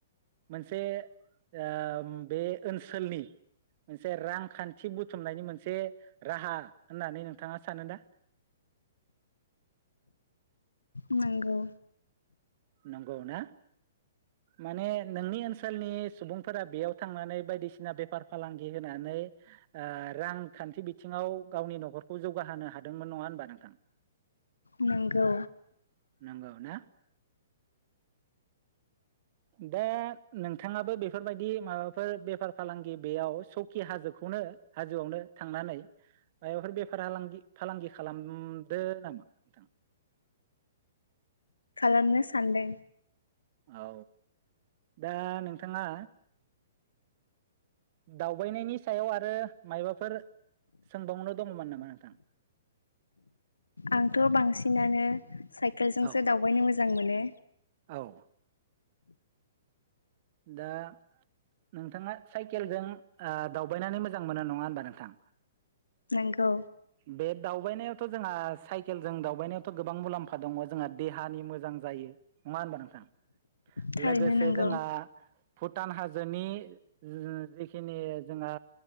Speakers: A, on the right; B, on the left.
A: मोनसे ओम बे ओनसोलनि मोनसे रांखान्थि बुथुमनायनि मोनसे राहा होननानै नोंथाङा सानो ना?
B: नोंगौ।
A: नंगौ ना माने नोंनि ओनसोलनि सुबुंफोरा बेयाव थांनानै बायदिसिना बेफार फालांगि होनानै ओ रांखान्थि बिथिङाव गावनि न'खरखौ जौगाहोनो हादोंमोन नङा होनबा नोंथां?
B: नोंगौ।
A: नंगौ ना? दा नोंथाङाबो बेफोरबायदि माबाफोर बेफार फालांगि बेयाव सौकि हाजोखौनो हाजोआवनो थांनानै मायबाफोर बेफार आलांगि फालांगि खालामदो नामा नोंथां?
B: खामनो सानदों।
A: औ दा नों थाङा दावबायनायनि सायाव आरो मायबाफोर सोंबावनो दङमोन नामा नोंथां?
B: आंथ' बांसिनानो साइकेलजोंसो
A: औ
B: दावबायनो मोजां मोनो।
A: औ दा नोंथाङा साइकेलजों ओ दावबायनानै मोजां मोनो नङा होनबा नोंथां?
B: नंगौ
A: बे दावबायनाय जोंहा साइकेलजों दावबायनायावथ' गोबां मुलाम्फा दङ'। जोंहा देहानि मोजां जायो नङा होनबा नोंथां?
B: थारैनो
A: लोगोसे
B: नंगौ
A: जोंहा भुटान हाजोनि ओ जिखिनि जोंहा